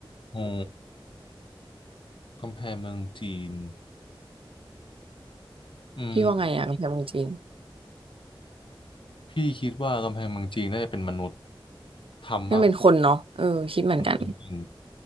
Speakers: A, on the left; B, on the right.
A: โอ้กำแพงเมืองจีน
B: <laughs>
A: อืม
B: พี่ว่าไงอะกำแพงเมืองจีน
A: พี่คิดว่ากำแพงเมืองจีนน่าจะเป็นมนุษย์ทำมาก
B: นั่นเป็นคนเนาะเออคิดเหมือนกัน
A: จริง